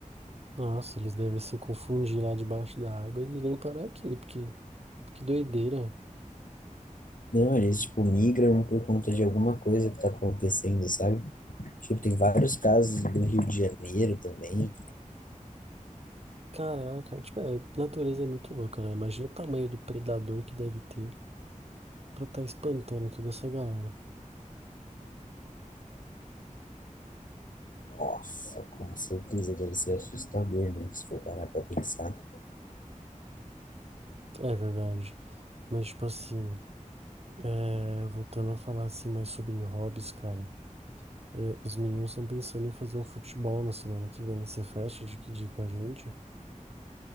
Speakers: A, on the right (about 50°); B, on the left (about 75°).
A: Nossa, eles devem se confundir lá debaixo da água e vêm parar aqui, porque que doideira.
B: Não, eles, tipo, migram por conta de alguma coisa que tá acontecendo, sabe? Tipo, tem vários casos do Rio de Janeiro também.
A: Caraca, tipo, é, a natureza é muito louca, né? Imagina o tamanho do predador que deve ter pra estar espantando toda essa galera.
B: Nossa, com certeza deve ser assustador, né? Se for parar pra pensar.
A: É verdade. Mas, tipo assim, é, voltando a falar assim mais sobre hobbies, cara. é, os meninos estão pensando em fazer um futebol na semana que vem. Você fecha de que dia com a gente?